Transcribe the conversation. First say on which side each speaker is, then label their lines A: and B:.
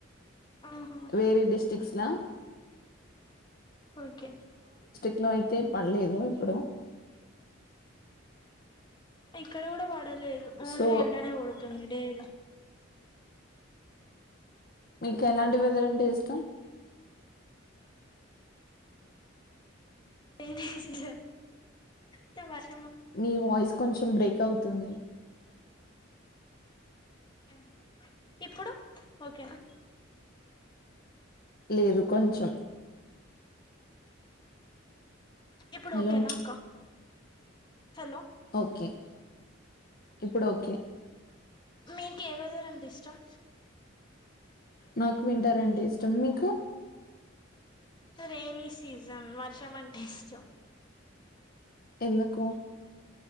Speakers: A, on the left; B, on the left.
A: ఆహా
B: వేరే డిస్ట్రక్ట్స్లా
A: ఓకే
B: క్లో అయితే పడలేదు ఇప్పుడు
A: ఇక్కడ కూడా పడలేదు ఓన్లీ
B: సో
A: ఎండనే కొడుతుంది డేలీ
B: మీకు ఎలాంటి వెదర్ అంటే ఇష్టం
A: కొత్త
B: మీ వాయిస్ కొంచెం బ్రేక్ అవుతుంది
A: యా ఇప్పుడు ఓకేనా
B: లేదు కొంచెం
A: ఇప్పుడు
B: హలో
A: ఓకేనాక్క హలో
B: ఓకే ఇప్పుడు ఓకే
A: మీకు ఏ వెదర్ అంటే ఇష్టం
B: నాకు విన్టర్ అంటే ఇష్టం మీకు
A: రెైనీ సీజన్ వర్షం అంటే ఇష్టం
B: ఎందుకు